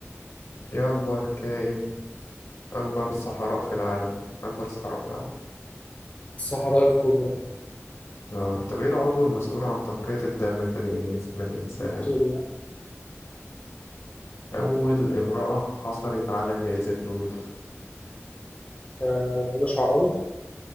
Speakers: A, on the left; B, on the left.
A: إيه أكبر كائن أكبر صحراء في العالم؟ أكبر صحراء في العالم
B: الصحراء الكبرى
A: آه. طب إيه العضو المسؤول عن تنقية الدم في ال- جسم الإنسان؟
B: فيكتوريا
A: أول امرأة حصلت على جائزة نوبل
B: آه هدى شعراوي